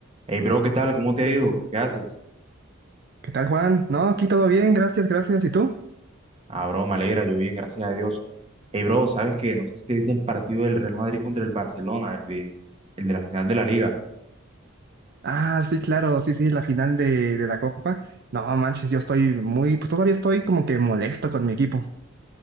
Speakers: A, on the right; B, on the right.
A: Hey, bro, ¿qué tal? ¿Cómo te ha ido? ¿Qué haces?
B: ¿Qué tal, Juan? No, aquí todo bien, gracias, gracias. ¿Y tú?
A: Ah, bro, me alegra, yo bien, gracias a Dios. Hey, bro, ¿sabes qué? No sé si te viste el partido del Real Madrid contra el Barcelona, el de, el de la final de la Liga.
B: Ah, sí, claro, sí, sí, la final de, de la Copa. No, manches, yo estoy muy, pues todavía estoy como que molesto con mi equipo.